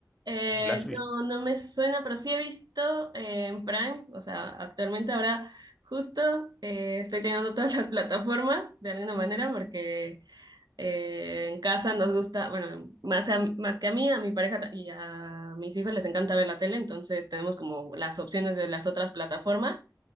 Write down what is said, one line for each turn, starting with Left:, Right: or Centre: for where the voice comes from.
Right: Eh,
Centre: ¿La has visto?
Right: no, no me suena, pero sí he visto eh, en Prime, o sea, actualmente ahora justo eh, estoy teniendo todas las plataformas de alguna manera porque eh, en casa nos gusta, bueno, más, a- más que a mí, a mi pareja ta- y a mis hijos les encanta ver la tele, entonces tenemos como las opciones de las otras plataformas